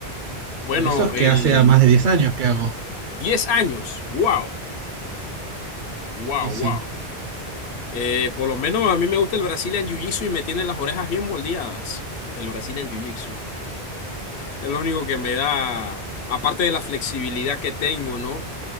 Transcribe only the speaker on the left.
Bueno,
el
10 años, wow, wow,
wow.
Eh, por lo menos a mí me gusta el Brazilian Jiu-Jitsu y me tiene las orejas bien moldeadas. El Brazilian Jiu-Jitsu. Es lo único que me da, aparte de la flexibilidad que tengo, ¿no?